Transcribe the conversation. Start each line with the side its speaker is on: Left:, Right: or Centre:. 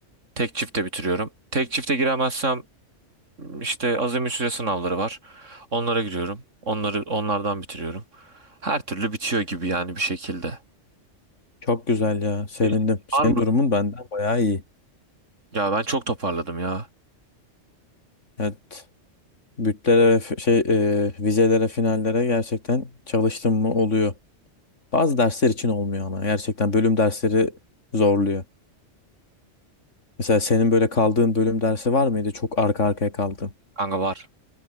Right: Tek çifte bitiriyorum. Tek çifte giremezsem işte azami süre sınavları var. Onlara giriyorum. Onları onlardan bitiriyorum. Her türlü bitiyor gibi yani bir şekilde.
Left: Çok güzel ya. Sevindim.
Right: Peki,
Left: Senin
Right: Var mı?
Left: durumun benden bayağı iyi.
Right: Ya ben çok toparladım ya.
Left: Evet. Bütlere ve f- şey e, vizelere, finallere gerçekten çalıştım mı oluyor. Bazı dersler için olmuyor ama gerçekten bölüm dersleri zorluyor. Mesela senin böyle kaldığın bölüm dersi var mıydı? Çok arka arkaya kaldığın.
Right: Kanka var.